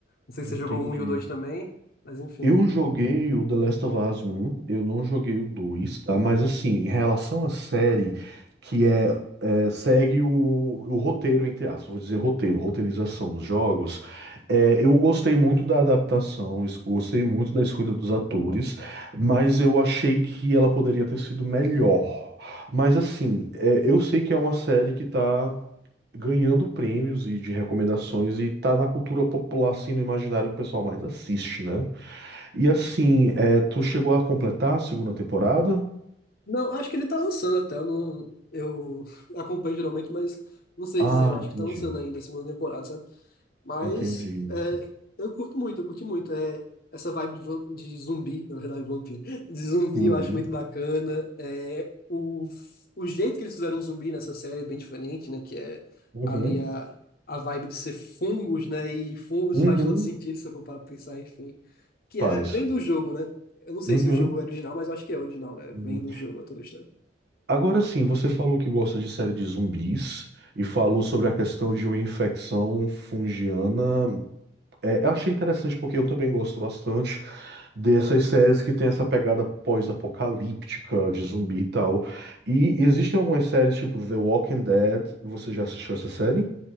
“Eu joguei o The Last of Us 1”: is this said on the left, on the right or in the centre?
Right